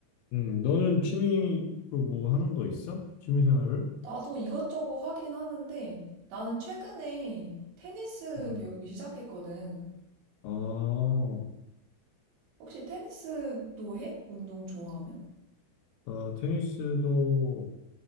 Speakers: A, on the left (about 80°); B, on the right (about 65°).
A: 음, 너는 취미로 뭐 하는 거 있어? 취미 생활을?
B: 나도 이것저것 하긴 하는데 나는 최근에 테니스
A: 음.
B: 배우기 시작했거든.
A: 아,
B: 혹시 테니스도 해? 운동 좋아하면?
A: 나 테니스도